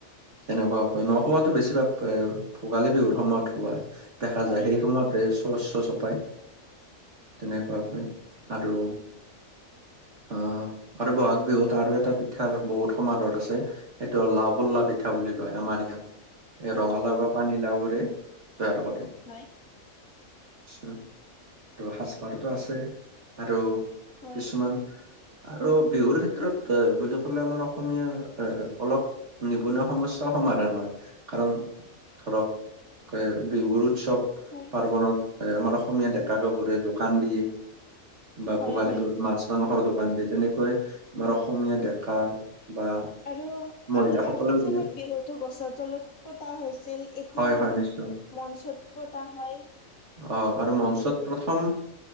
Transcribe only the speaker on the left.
হয়
হয়
অ
লাও
হয়।
হয়
হয়।
হয়
হয়
আৰু-আৰু
আদিম যুগত
বিহুতো গছৰ তলত পতা হৈছিল। এতিয়া
আৰু
মঞ্চত পতা হয়।
হয়